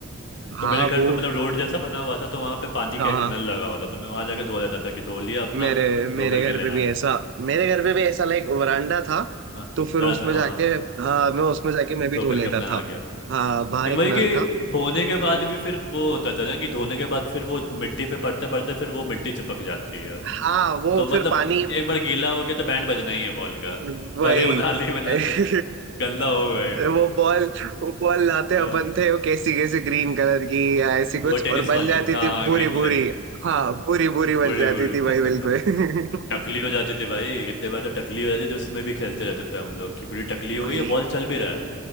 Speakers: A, on the right; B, on the left.
A: हाँ
B: तो मेरे घर
A: वो
B: पे मतलब रोड जैसा बना हुआ था तो वहां पे पानी
A: हाँ
B: का एक
A: हाँ
B: नल लगा हुआ था तो मैं वहां जाके धो लेता था कि धो लिया अपना
A: मेरे मेरे
B: धो करके
A: घर
B: ले
A: पे
B: आया
A: भी ऐसा मेरे घर पे भी ऐसा लाइक वरांडा था
B: हाँ
A: तो फिर
B: बरामदा
A: उसमें
B: हाँ
A: जाके हाँ मैं उसमें जाके मैं भी
B: धो करके
A: धो लेता
B: अपना
A: था
B: आ गया
A: हाँ
B: लेकिन
A: बाहर एक
B: वही कि
A: नल था
B: धोने के बाद भी फिर वो होता था ना कि धोने के बाद फिर वो मिट्टी पे पड़ते पड़ते फिर वो मिट्टी चिपक जाती है
A: हाँ वो
B: तो मतलब
A: फिर पानी
B: एक बार गीला हो गया तो बैंड बजना ही है बॉल का
A: वही
B: भले वो नाली में ना
A: <laughs>
B: जाए गंदा हो गई वो
A: वो बॉल वो बॉल लाते
B: हाँ,
A: अपन थे वो कैसी कैसी ग्रीन कलर की या ऐसी कुछ
B: वो टेनिस
A: और बन
B: वाली
A: जाती
B: हाँ
A: थी भूरी
B: ग्रीन कलर
A: भूरी
B: की
A: हाँ भूरी भूरी बन
B: बूढ़ी
A: जाती
B: बूढ़ी
A: थी
B: <laughs>
A: भाई बिल्कुल <laughs>
B: टकली हो जाती थी भाई कितने बार तो टकली हो जाती थी तो उसमें भी खेलते रहते थे हम लोग कि पूरी टकली हो
A: भाई
B: गई है बॉल चल भी रहा है